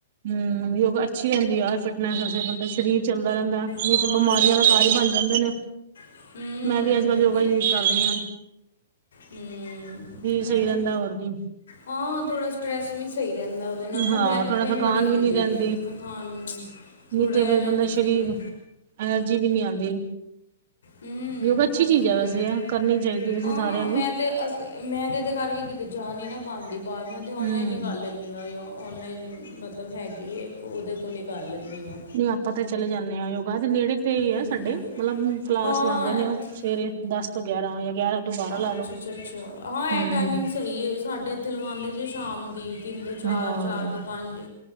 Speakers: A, on the right; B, on the left.
A: ਹੂੰ ਯੋਗਾ ਅੱਛੀ ਰਹਿੰਦੀ ਐ, ਯਾਰ ਫਿਟਨੈਸ ਬਣਦਾ ਸਰੀਰ ਚੱਲਦਾ ਰਹਿੰਦਾ, ਨਹੀਂ
B: ਹਾਂ
A: ਤਾਂ ਬਿਮਾਰੀਆਂ
B: ਸਹੀ
A: ਦਾ
B: ਗੱਲ
A: ਘਰ ਹੀ ਬਣ ਜਾਂਦੇ ਨੇ।
B: ਏ ਹੂੰ
A: ਮੈਂ ਵੀ ਅੱਜ- ਕੱਲ੍ਹ
B: ਵਧੀਆ
A: ਯੋਗਾ ਯੂਜ ਕਰ ਰਹੀ ਆਂ।
B: ਹੂੰ ਮੈਂ
A: ਸਹੀ
B: ਵੀ,
A: ਰਹਿੰਦਾ ਹੋਰ ਕੀ
B: ਹਾਂ ਥੋੜਾ ਸਟਰ੍ਰੈਸ ਵੀ ਸਹੀ ਰਹਿੰਦਾ। ਉਹਦੇ ਨਾਲ ਨਾ
A: ਹਾਂ
B: ਬੈਕਪੇਨ
A: ਥੋੜਾ ਥਕਾਨ
B: ਬੜੀ ਹੁੰਦੀ
A: ਵੀ ਨੀ ਰਹਿੰਦੀ
B: ਏ, ਤਹਾਨੂੰ।
A: ਨਹੀਂ
B: ਥੋੜਾ
A: ਤੇ
B: ਜਾ
A: ਫੇਰ
B: ਐਨਰਜੀ
A: ਬੰਦਾ
B: ਫੀਲਿੰਗ
A: ਸਰੀਰ ਐਨਰਜੀ ਵੀ ਨੀ ਆਂਦੀ।
B: ਹੂੰ
A: ਯੋਗਾ ਅੱਛੀ
B: ਇਸ
A: ਚੀਜ਼
B: ਤਰ੍ਹਾਂ
A: ਐ, ਵੈਸੇ
B: ਹੀ
A: ਕਰਨੀ ਚਾਹੀਦੀ ਵੈਸੇ
B: ਹਾਂ
A: ਸਾਰਿਆਂ ਨੂੰ।
B: ਮੈਂ ਅਸ ਤੇ ਮੈਂ ਤੇ- ਤੇ ਘਰ ਕੀ ਕਿਤੇ ਜਾ ਨੀ ਨਾ ਪਾਂਦੀ, ਬਾਹਰ ਮੈਂ ਤੇ ਔਨਲਾਈਨ
A: ਹਮ
B: ਹੀ ਕਰ ਲਈ। ਜਾਂ ਔਨਲਾਈਨ ਮਤਲਬ ਹੈਗੀ ਏ ਇੱਕ, ਉਹਦੇ ਕੋਲ ਹੀ ਕਰ ਲੈਂਨੀ ਆਂ।
A: ਨਹੀਂ ਆਪਾਂ ਤੇ ਚਲੇ ਜਾਂਦੇ ਹਾਂ ਯੋਗਾ, ਤੇ ਨੇੜੇ ਤੇ ਹੀ ਹੈ
B: ਹੂੰ
A: ਸਾਡੇ, ਮਤਲਬ ਕਲਾਸ
B: ਹਾਂ
A: ਲਾਂਦੇ ਨੇ
B: ਇੱਥੇ
A: ਉਹ ਸਵੇਰੇ। ਦਸ ਤੋਂ ਗਿਆਰਾਂ ਜਾਂ ਗਿਆਰਾਂ ਤੋਂ ਬਾਰਾਂ
B: ਅੱਛਾ-
A: ਲਾ ਲੋ
B: ਅੱਛਾ- ਅੱਛਾ, ਹਾਂ ਇਹ
A: ਹਮ
B: ਟਾਈਮਿੰਗ ਸਹੀ ਏ, ਸਾਡੇ ਇੱਥੇ ਲਗਾਂਦੇ ਜੇ ਸ਼ਾਮ ਦੀ। ਤਿੰਨ ਤੋਂ ਚਾਰ,
A: ਹਾਂ
B: ਚਾਰ ਤੋਂ ਪੰਜ